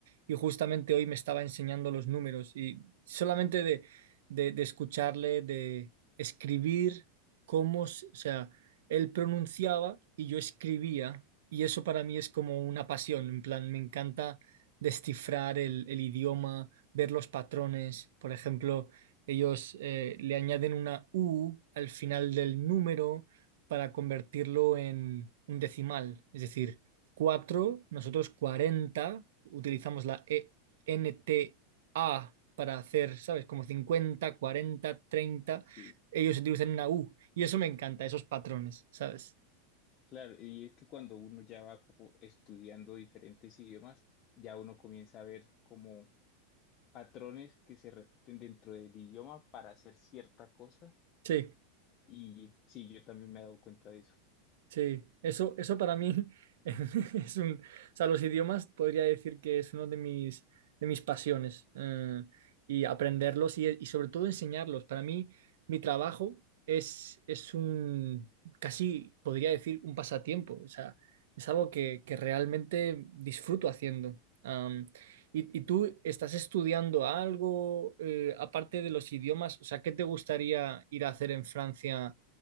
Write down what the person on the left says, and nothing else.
Sí.
Claro, y es que cuando uno ya va como estudiando diferentes idiomas, ya uno comienza a ver como patrones que se repiten dentro del idioma para hacer cierta cosa.
Y sí, yo también me he dado cuenta de eso.